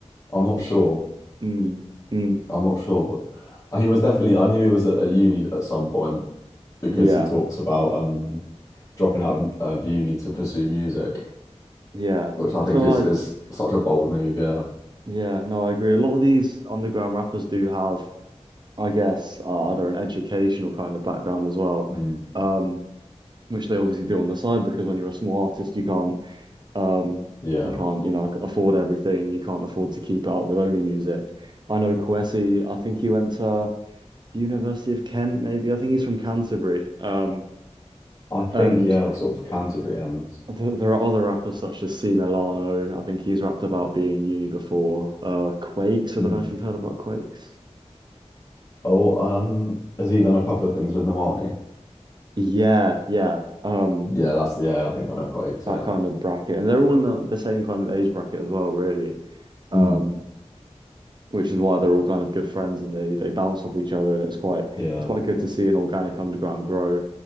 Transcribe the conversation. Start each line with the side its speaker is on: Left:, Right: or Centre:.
Left: I'm not sure.
Right: Hmm. Hmm.
Left: I'm not sure, but he was definitely. I knew he was at a uni at some point because
Right: Yeah.
Left: he talks about um dropping out of, of uni to pursue music.
Right: Yeah.
Left: which I think
Right: I feel
Left: is
Right: like,
Left: is such a bold move. Yeah.
Right: yeah, no, I agree. A lot of these underground rappers do have, I guess, uh, either an educational kind of background as well,
Left: Mm.
Right: um, which they obviously do on the side because when you're a small artist, you can't, um,
Left: Yeah.
Right: you can't, you know, afford everything. You can't afford to keep it up with only music. I know Kwesi, I think he went to. the University of Kent, maybe. I think he's from Canterbury. Um,
Left: I
Right: and
Left: think yeah, sort of Canterbury ends.
Right: th there are other rappers such as C Milano. I think he's rapped about being in uni before. Uh, Quakes. I
Left: Mm.
Right: don't know if you've heard about Quakes.
Left: Oh, um, has he done a couple of things with Normani?
Right: Yeah, yeah. Um,
Left: Yeah, that's yeah. I think I know Quakes. Yeah.
Right: that kind of bracket, and they're all in the, the same kind of age bracket as well, really. Um,
Left: Mm.
Right: which is why they're all kind of good friends, and they they bounce off each other, and it's quite
Left: Yeah.
Right: it's quite good to see an organic underground grow,